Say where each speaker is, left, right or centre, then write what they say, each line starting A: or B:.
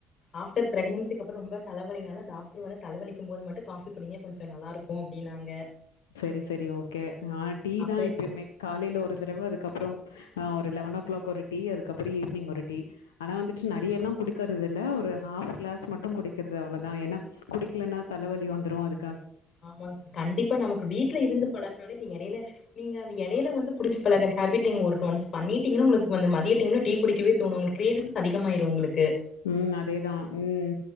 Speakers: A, on the left (about 45°); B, on the left (about 75°).
A: ஆஃப்டர் பிரெக்னன்சிக்கு கப்புரோ ரொம்ப தலவலினால டாக்ரு வந்து தலைவலக்கும் போது மட்டும். காஃபி குடிங்க கொஞ்ஞ நல்லாருக்கு போ அப்டினாங்க
B: சரி சரி ஓகே நா டீ
A: அப்ப
B: தான் எப்பயுமே காலையில ஒரு தடவை அதுக்கப்புறோ ஆ ஒரு லெவனோ கிளாக் ஒரு டீ அதுக்கப்பறம் ஈவினிங் ஒரு டீ ஆனா வந்துட்டு நிறையெல்லா குடிக்க இதுல ஒரு ஹாஃப் கிளாஸ் மட்டும் குடிக்கிறது அவ்ளோ தா என்னா குடிக்கலன்னா தலவலி <unintelligible> வந்துரு அது
A: ஆமாங் கண்டிப்பா நமக்கு வீட் வீட்ல இருந்து பழகுனாலே நீங்க இடையில நீங்க அத எடையில வந்து குடிச்சு பழகுற ஹேபிட்டிங் ஒருக்க ஒன்ஸ் பண்ணிட்டீங்ன உங்களுக்கு வந்து மதிய டைம்ல டீ குடிக்கவே தோணும் உங்களுக்கு கிரேவிங்ஸ் அதிக இதம்மாயிரு உங்ளுக்கு
B: ம் அதேதா உம்